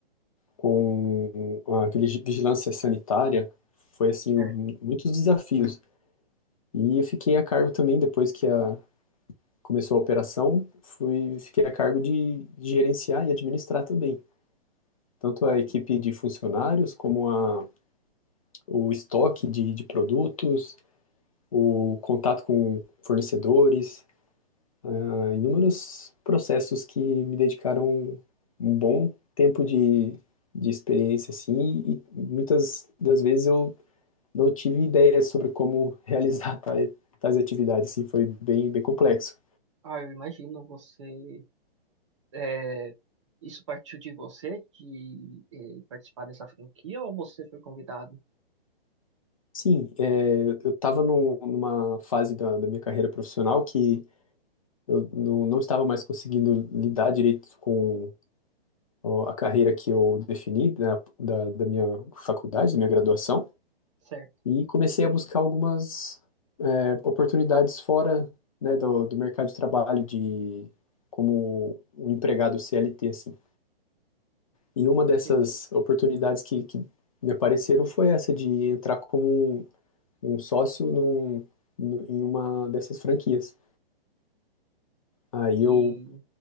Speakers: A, on the left; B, on the right.
A: com a vigi- vigilância sanitária. Foi, assim,
B: certo.
A: muitos desafios. E eu fiquei a cargo também, depois que a, começou a operação, fui, fiquei a cargo de, de gerenciar e administrar também, tanto
B: Então,
A: a equipe de funcionários, como a, o estoque de, de produtos, o contato com fornecedores, ah, inúmeros processos que me dedicaram um bom tempo de, de experiência, assim, e muitas das vezes eu não tive ideia sobre como realizar <laughs> tais, tais atividades, assim, foi bem, bem complexo.
B: ah, eu imagino você... é, isso partiu de você, de eh, participar dessa franquia, ou você foi convidado?
A: Sim, é, eu estava numa fase da, da minha carreira profissional que eu não, não estava mais conseguindo lidar direito com ó, a carreira que eu defini da, da, da minha faculdade, da minha graduação,
B: Certo,
A: e comecei a buscar algumas é, oportunidades fora, né, do, do mercado de trabalho, de como um empregado CLT, assim. E uma dessas
B: entendi.
A: oportunidades que, que me apareceram foi essa de entrar como um um sócio num, num- em uma dessas franquias. Aí
B: E,
A: eu,